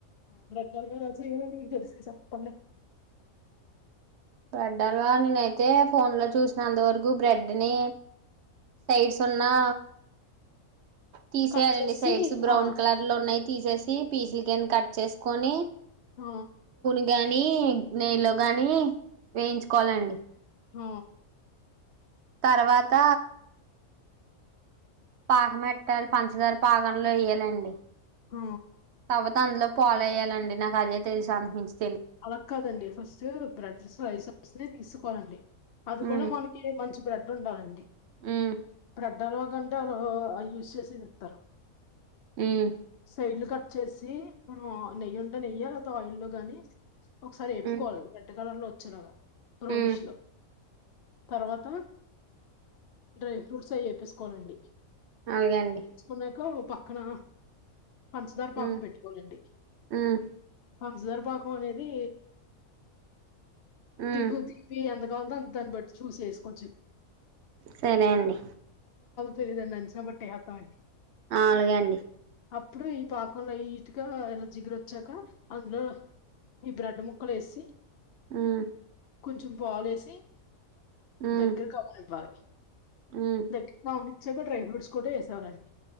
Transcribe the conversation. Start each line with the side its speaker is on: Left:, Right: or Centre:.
Left: బ్రెడ్ హల్వా ఎలా చేయాలో మీకు తెలిస చెప్పండి
Right: బ్రెడ్ అలా నేనైతే ఫోన్ లో చూసిన అంతవరకు బ్రెడ్ ని సైడ్ సన్నా తీసేయాలండి
Left: కట్ చేసి
Right: సైడ్స్ బ్రౌన్
Left: ఆ
Right: కలర్ లో ఉన్నాయి తీసేసి పీసులక ఏ కట్ చేసుకొని
Left: ఆ
Right: నూనెలో గాని నెయ్యిలో గాని వేయించుకోవాలండి
Left: హ
Right: తర్వాత పాకం పెట్టాలి పంచదార పాకంలో వేయాలండి
Left: హ
Right: తర్వాత అందులో పాలో అయ్యాలండి నాకు అది తెలుసు అంతకుమించి
Left: అలాగ కాదండి ఫస్ట్ బ్రెడ్ స్లైసెస్ ని తీసుకోవాలండి అది
Right: ఉమ్
Left: కూడా మనకి మంచి బ్రెడ్ ఉండాలండి
Right: ఉమ్
Left: బ్రెడ్ హల్వా కంటే యూస్ చేసేది ఇస్తారు
Right: ఉమ్
Left: సైడ్లు కట్ చేసి మనం నెయ్యి ఉంట నెయ్యాలి ఆయిల్ గాని ఒకసారి ఎప్పుకోవాలిగా
Right: ఉమ్
Left: కలర్ లో వచ్చారుగా బోనిష్
Right: ఉమ్
Left: లో తర్వాత డ్రై ఫ్రూట్స్ అవి వప్పేసుకోనండి
Right: అలాగే అండి
Left: న్నాకు పక్కనా పంచదార పాకం
Right: ఉమ్
Left: పెట్టుకోవాలండి
Right: ఉమ్
Left: పంచదార పాకం అనేది
Right: ఉమ్
Left: వితి అంత కావాల దా దాన్ని బట్టి చూసి వేసుకోవచ్చు
Right: సరే అండి
Left: తెలీదండి అంచనా పట్టి వేస్తానండి
Right: అలాగే అండి
Left: అప్పుడు ఈ పాకం లైట్ గా ఎలా జిగర వచ్చాక అందులో ఈ బ్రెడ్ ముక్కలు వేసి
Right: హమ్
Left: కొంచెం పాలేసి
Right: ఉమ్
Left: దగ్గరికి అవ్వనివ్వాలి
Right: ఉమ్
Left: దక్షిణచ్చగా డ్రై ఫ్రూట్స్ కూడా వేసావారంండి